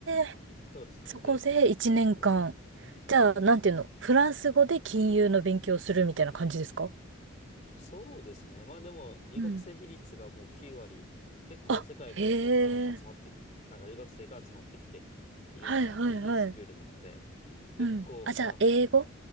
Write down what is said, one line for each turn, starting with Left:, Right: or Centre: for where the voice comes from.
Right: え。
Left: そうですね。
Right: そこで1年間。
Left: で、行ったって感じです。
Right: じゃあ、なんていうのフランス語で金融の勉強をするみたいな感じですか
Left: そうですね。まあでも、留学生比率がもう9割、
Right: うん。
Left: 結構世界各国から集まって、
Right: あ、へえ。
Left: なんか留学生が集まってきているようなビジネススクールなので、
Right: はいはいはい。
Left: 結構、
Right: うん。あ、
Left: まあ、
Right: じゃあ、英語